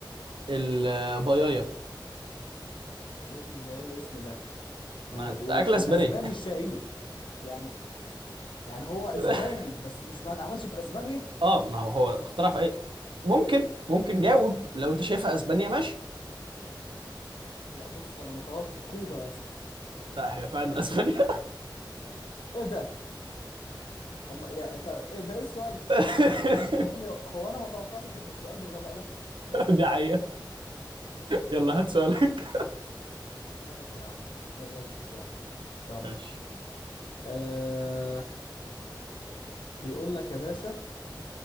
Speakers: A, on the right; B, on the left.
A: البايايا
B: ايه ال- إيه الاسم ده
A: ما
B: و-
A: أكلة
B: والاسباني
A: أسبانية
B: الشهير يعني يعني هو اسباني
A: <laughs>
B: بس مش ما اتعملش في اسبانيا
A: اه ما هو هو اختراع في أي ممكن ممكن جاوب لو أنت شايفها أسبانيا ماشي
B: لا بص انا متوقع كوبا يا اسطى
A: لا هي فعلا أسبانيا
B: ايه ده أم... يا... ط... إيه ده ايه السؤال
A: <laughs>
B: يا ابني هو انا ما توقعتش ان السؤال بالغباء ده
A: دي حقيقة يلا هات سؤالك
B: ماشي يا عم ماشي يا عم يلا
A: ماشي
B: أه... بيقول لك يا باشا